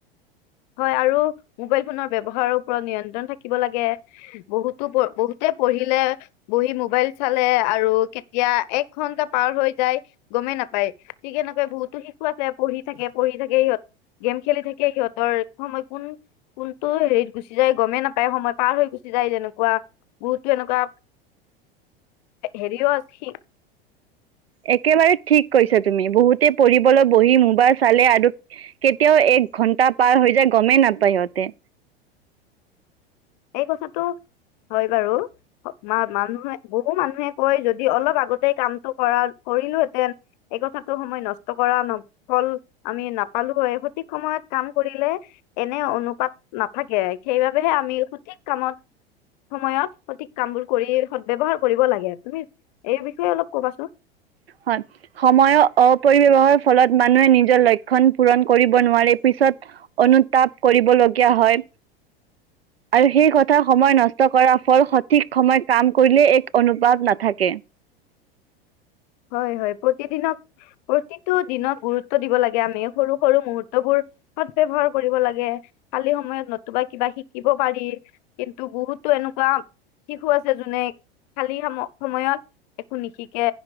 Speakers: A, on the left (about 45°); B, on the right (about 75°).
A: হয়, আৰু মোবাইল ফোনৰ ব্যৱহাৰৰ ওপৰত নিয়ন্ত্ৰণ থাকিব লাগে। বহুতো প বহুতে পঢ়িলে বহি মোবাইল চালে আৰু কেতিয়া এক ঘন্টা পাৰ হৈ যায় গমেই নাপায় ঠিক এনেকৈ বহুতো শিশু আছে পঢ়ি থাকে পঢ়ি থাকে, সিহঁত গেম খেলি থাকে সিহঁত ৰ সময় কোন কোনটো হেৰিত গুচি যায় গ'মেই নাপায়, সময় পাৰ হৈ গুচি যায় যেনেকুৱা বহুতো এনেকুৱা হেৰিও আছে <unintelligible>
B: একেবাৰে ঠিক কৈছা তুমি বহুতে পঢ়িবলৈ বহি মোবাইল চালে আৰু কেতিয়াও এক ঘন্টা পাৰ হৈ যায় গ'মেই নাপায় সিহঁতে।
A: এই কথাটো হয় বাৰু। অ', মা-মানুহে বহু মানুহে কয় যদি অলপ আগতে কামটো কৰা কৰিলোহেঁতেন। এই কথাটো সময় নষ্ট কৰা ন ফল আমি নাপালো হয়, সঠিক সময়ত কাম কৰিলে এনে অনুপাত নাথাকে সেইবাবেহে আমি সঠিক কামত সময়ত সঠিক কাম বোৰ কৰি সদ ব্যৱহাৰ কৰিব লাগে। তুমি এই বিষয়ে অলপ কবাচোন?
B: হয়। সময়ৰ অপৰিব্যৱহাৰ ফলত মানুহে নিজৰ লক্ষণ পূৰণ কৰিব নোৱাৰে, পিছত অনুতাপ কৰিবলগীয়া হয়। আৰু সেই কথা সময় নষ্ট কৰাৰ ফল সঠিক সময় কাম কৰিলে এক অনুপাত নাথাকে।
A: হয়, প্ৰতিদিনক প্ৰতিটো দিনত গুৰুত্ব দিব লাগে আমি সৰু সৰু মুহূৰ্ত বোৰ সৎব্ৱহাৰ কৰিব লাগে খালি সময়ত নতুবা কিবা শিকিব পাৰি। কিন্তু বহুতো এনেকুৱা শিশু আছে যোনে খালী সম-সময়ত একো নিশিকে।।